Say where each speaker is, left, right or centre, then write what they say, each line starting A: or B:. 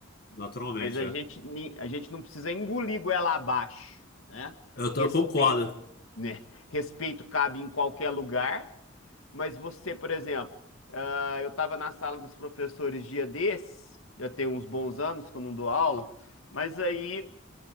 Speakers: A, on the left (about 50°); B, on the left (about 85°).
A: naturalmente,
B: mas a
A: é.
B: gente, ni- a gente não precisa engolir goela abaixo, né?
A: Eu,
B: Respeito,
A: tô- eu concordo.
B: né? Respeito cabe em qualquer lugar. Mas você, por exemplo, ah, eu estava na sala dos professores dia desses, já tem uns bons anos que eu não dou aula, mas aí